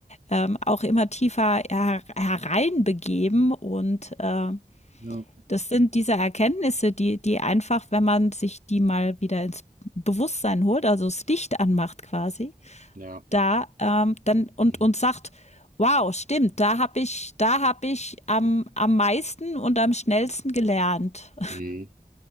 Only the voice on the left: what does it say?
ähm, auch immer tiefer her hereinbegeben. Und äh,
das sind diese Erkenntnisse, die die einfach, wenn man sich die mal wieder ins Bewusstsein holt, also das Licht anmacht quasi,
da ähm, dann und
und sagt, wow, stimmt, da habe ich, da habe ich am am meisten und am schnellsten gelernt. <laughs>